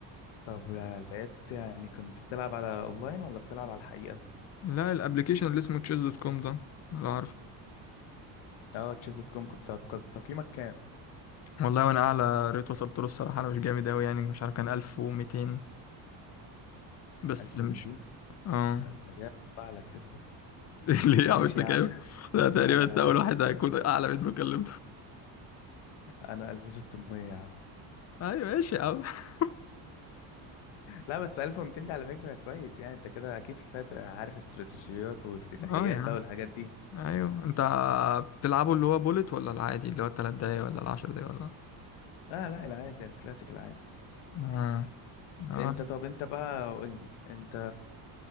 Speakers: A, on the left; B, on the left.
A: طب لا- لعبت يعني كنت بتلعب على اونلاين ولا بتلعب على الحقيقة
B: لا الابليكيشن اللي اسمه تشيز دوت كوم ده لا عارف
A: اه تشيز دوت كوم كنت كان تقييمك كام
B: والله وانا اعلى ريت وصلت له الصراحة انا مش جامد اوي يعني مش عارف كان 1200 بس
A: 1200
B: مش اه
A: ده انت جايب <laughs> بقى على كده
B: <laughs> ليه يا
A: ماشي
B: عم انت
A: يا
B: كام؟
A: عم <laughs>
B: ده تقريبا
A: انا
B: انت اول واحد هيكون اعلى منه كلمته
A: انا 1600 يا عم
B: ايوه ماشي يا عم <laughs>
A: لا بس 1200 دي على فكرة كويس يعني انت كده اكيد فات عارف استراتيجيات وافتتاحيات
B: اه يا
A: بقى
B: عم
A: والحاجات دي
B: ايوه انت بتلعبه اللي هو بولت ولا العادي اللي هو التلات دقايق ولا العشر دقايق ولا
A: اه لا العادي الكلاسيك العادي
B: اه اه
A: انت طب انت بقى قول لي انت